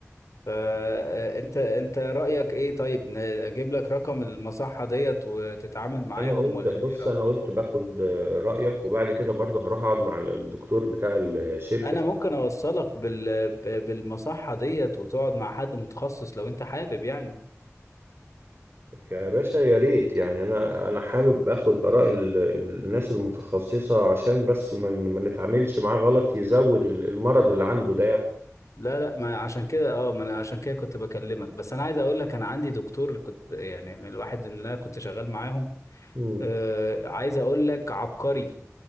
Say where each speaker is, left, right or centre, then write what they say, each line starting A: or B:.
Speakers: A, on the left; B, on the right.
A: فانت انت رأيك ايه طيب ن- اجيب لك رقم المصحة ديت وتتعامل معاهم
B: انا قلت
A: ولا
B: بص
A: ايه رأيك
B: انا قلت باخد آه، رايك وبعد كده برضه هروح اقعد مع الدكتور بتاع الشركه
A: انا ممكن اوصلك بال... ب- بالمصحة ديت وتقعد مع حد متخصص لو انت حابب يعني
B: يا باشا يا ريت يعني انا انا حابب اخد اراء ال- ال- الناس المتخصصه عشان بس ما ن- ما نتعاملش معاه غلط يزود ال- المرض اللي عنده ده يعني
A: لا لا ما عشان كده اه ما انا عشان كده كنت بكلمك بس انا عايز اقول لك انا عندي دكتور كنت يعني من الواحد اللي انا كنت شغال معاهم
B: مم.
A: آه عايز اقول لك عبقري